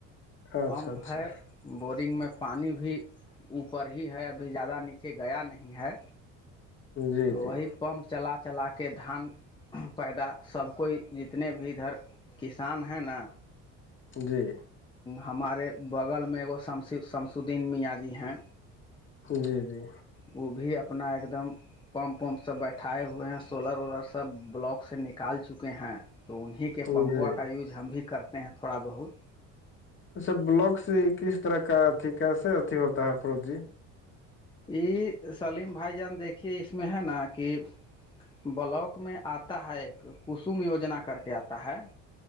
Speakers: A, on the left; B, on the left.
A: اچھا
B: پمپ
A: اچھا
B: ہے بورنگ میں پانی بھی اوپر ہی ہے ابھی زیادہ نیچے گیا نہیں ہے
A: جی
B: تو
A: جی
B: وہی پمپ چلا چلا کے دھان پیدا سب کوئی جتنے بھی ادھر کسان ہے نا
A: جی
B: ہمارے بغل میں ایکگ شم شمس الدین میاں جی ہیں
A: جی جی
B: وہ بھی اپنا ایک دم پمپ ومپ سب بیٹھائے ہوئے ہیں سولر وولر سب بلاک سے نکال چکے ہیں تو انہیں کے
A: جی
B: پمپو کا یوز ہم بھی کرتے ہیں تھوڑا بہت
A: اچھا بلکس کس طرح کا ا کیسے اھی ہوتا ہے فرو جی
B: یہ سلیم بھائی جان دیکھیے اس میں ہے نا کہ بلاک میں آتا ہے ایک کسم یوجنا کر کے آتا ہے